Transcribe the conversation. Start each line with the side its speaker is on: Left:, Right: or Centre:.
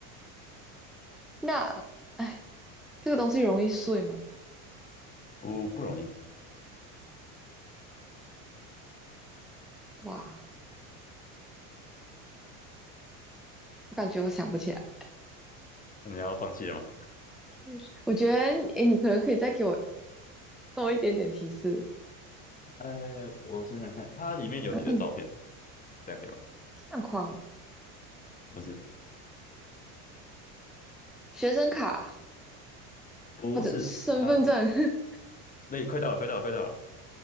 Centre: 那，哎，这个东西容易碎吗？
Left: 不不容易。
Centre: 哇，我感觉我想不起来。
Left: 那你要放弃了吗？
Centre: 嗯我觉得，哎，你可能可以再给我多一点点提示。
Left: 呃，我想想看，它里面有你的照片，
Centre: <clears throat>
Left: 这样可以吧？
Centre: 相框、
Left: 不是，
Centre: 学生卡
Left: 不是，
Centre: 或者身份证。
Left: 它。
Centre: <laughs>
Left: 对，快到了，快到了，快到了。